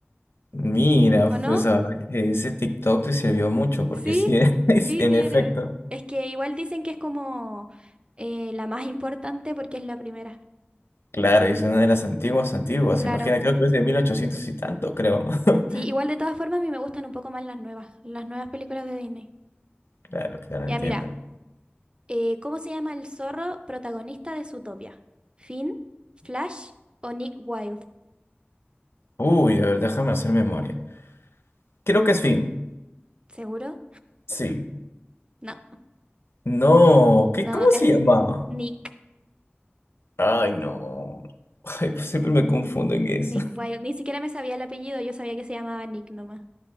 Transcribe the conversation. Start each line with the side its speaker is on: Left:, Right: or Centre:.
Left: Mira,
Right: ¿O no?
Left: pues la verdad que ese TikTok te sirvió mucho, porque
Right: Sí,
Left: sí <laughs> es,
Right: sí,
Left: en
Right: sí,
Left: efecto.
Right: era. Es que igual dicen que es como eh, la más importante porque es la primera.
Left: Claro, y es una de las antiguas, antiguas.
Right: Claro.
Left: Imagina, creo que es de 1800 y tanto, creo. <laughs>
Right: Sí, igual de todas formas a mí me gustan un poco más las nuevas, las nuevas películas de Disney.
Left: Claro, claro,
Right: Ya,
Left: entienden.
Right: mira, eh, ¿cómo se llama el zorro protagonista de Zootopia? ¿Finn, Flash o Nick Wilde?
Left: Uy, a ver, déjame hacer memoria. Creo que es Finn.
Right: ¿Seguro?
Left: Sí.
Right: No,
Left: No, ¿qué,
Right: no,
Left: cómo
Right: es
Left: se llamaba?
Right: Nick.
Left: Ay, no. Ay, pues siempre me confundo en eso.
Right: Nick Wilde. Ni siquiera me sabía el apellido, yo sabía que se llamaba Nick nomás.